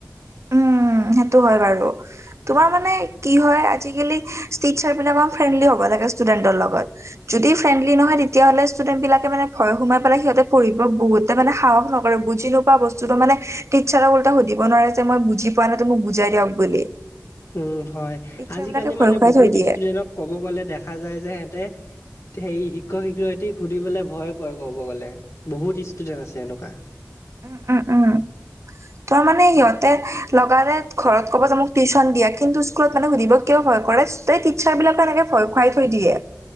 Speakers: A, on the right (about 65°); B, on the left (about 65°).
A: উম, সেইটো হয় বাৰু। তোমাৰ মানে কি হয় আজিকালি টিচাৰ বিলাকো ফ্ৰেণ্ডলি হ'ব লাগে ষ্টুডেন্টৰ লগত। যদি ফ্ৰেনডলি নহয় তেতিয়াহ'লে ষ্টুডেণ্ট বিলাকে মানে ভয় সোমাই পেলাই সিহঁতে পঢ়িব বহুতে মানে সাহস নকৰে বুজি নোপোৱা বস্তুটো মানে টিছাৰক ওলোটাই সুধিব নোৱাৰে মই বুজি পোৱা নাই মোক বুজাই দিয়ক বুলি।
B: উম হয়,
A: টিচাৰ
B: আজিকালি
A: বিলাকে ভয়
B: মানে
A: খুৱাই
B: বহুত
A: থৈ দিয়ে।
B: ষ্টুডেন্টক ক'ব গ'লে দেখা যায় যে সিহঁতে হেৰি শিক্ষক শিক্ষয়িত্ৰীক সুধিবলৈ ভয় কয় ক'ব গ'লে বহুত ষ্টুডেণ্ট আছে এনেকুৱা।
A: উম, উম, উম। ত মানে সিহঁতে লগালে ঘৰত ক'ব যে মোক টিউচন দিয়া কিন্তু স্কুলত মানে সুধিব কিয় ভয় কৰে টিচাৰ বিলাকে এনেকে ভয় খুৱাই থৈ দিয়ে।